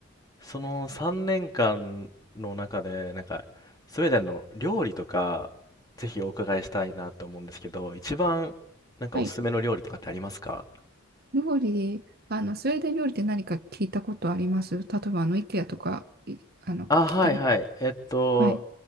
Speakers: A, on the left (about 15°); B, on the right (about 45°).
A: その3年間の中で、なんか、スウェーデンの料理とか、ぜひお伺いしたいなと思うんですけど、一番、なんかおすすめの料理とかってありますか
B: はい。料理、あの、スウェーデン料理って何か聞いたことあります例えば、あの、イケアとか、いあの、
A: あ、はいはい。
B: 聞いたこと。
A: えっと、
B: はい